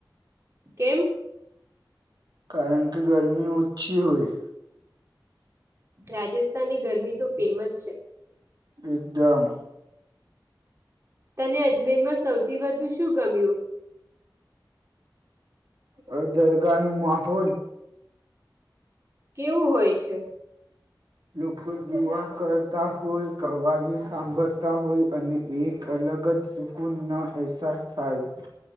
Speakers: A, on the right; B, on the right.
A: કેમ.
B: કારણ કે ગરમી ઓછી હોય.
A: રાજસ્થાનની ગરમી તો ફેમસ છે.
B: એકદમ
A: તને અજમેર માં સૌથી વધુ શું ગમ્યું.
B: અ દરગાહનો માહોલ
A: કેવું હોય છે.
B: લોકો જોવા કરતા હોય કવાલી સાંભળતા હોય અને એક અલગ જ સુકૂનના અહેસાસ થાય